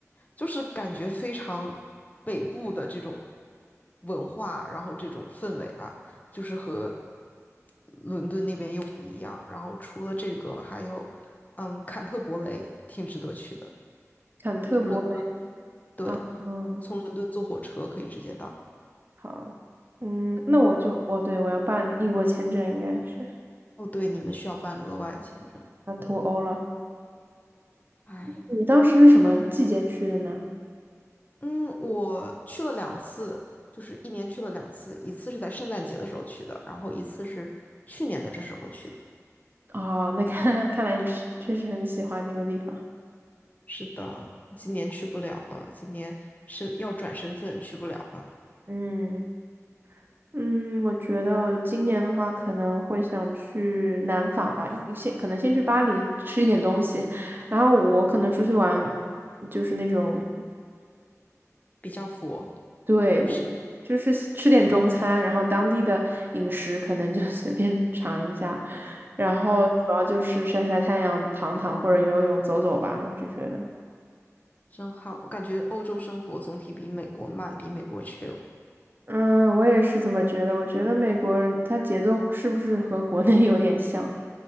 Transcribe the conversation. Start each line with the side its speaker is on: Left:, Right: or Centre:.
Left: 就是感觉非常北部的这种文化，然后这种氛围吧，就是和伦敦那边又不一样。然后除了这个，还有嗯坎特伯雷，挺值得去的。
Right: 坎特伯雷
Left: 伦敦，对，
Right: 啊，嗯，
Left: 从伦敦坐火车可以直接到。
Right: 好，嗯，那我就，我对我要办英国签证，应该是
Left: 哦，对，你们需要办额外的签证。
Right: 要脱欧了。
Left: 哎。
Right: 你当时是什么季节去的呢？
Left: 嗯，我去了两次，就是一年去了两次，一次是在圣诞节的时候去的，然后一次是去年的这时候去的。
Right: 哦，那看 <laughs> 看来你是确实很喜欢那个地方。
Left: 是的，今年去不了了，今年是要转身份去不了了，
Right: 嗯嗯，我觉得我今年的话可能会想去南法吧，一先可能先去巴黎吃一点东西，<laughs> 然后我可能出去玩，就是那种。
Left: 比较佛，
Right: 对，
Left: 不是。
Right: 我就是吃点中餐，然后当地的饮食可能就 <laughs> 随便尝一下，然后主要就是晒晒太阳、
Left: 嗯，
Right: 躺躺或者游游泳、走走吧，我就觉得。
Left: 真好，我感觉欧洲生活总体比美国慢，比美国 chill。
Right: 嗯，我也是这么觉得。我觉得美国人他节奏是不是和国内 <laughs> 有点像？